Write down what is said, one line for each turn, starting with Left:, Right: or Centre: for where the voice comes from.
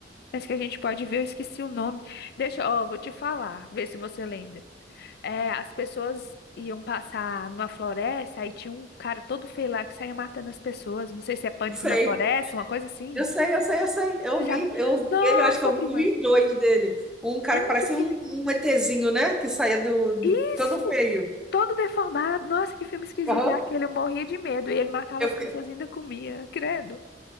Left: Mas que a gente pode ver, eu esqueci o nome. Deixa, ó, vou te falar, ver se você lembra. É, as pessoas iam passar numa floresta, aí tinha um cara todo feio lá que saía matando as pessoas. Não sei se é Pânico
Centre: Sei.
Left: na Floresta, uma coisa assim.
Centre: Eu sei, eu sei, eu sei. Eu
Left: Você já
Centre: vi,
Left: viu?
Centre: eu vi
Left: Nossa,
Centre: ele, eu acho que eu vi
Left: prima,
Centre: mil e dois dele. Um cara
Left: tem
Centre: que parece
Left: que
Centre: um,
Left: filme.
Centre: um ETzinho, né? Que saía do, do-
Left: Isso!
Centre: todo feio.
Left: Todo deformado. Nossa, que filme esquisito
Centre: Aham.
Left: é aquele. Eu morria de medo e ele matava
Centre: Eu,
Left: as
Centre: fiquei-
Left: pessoas e ainda comia, credo.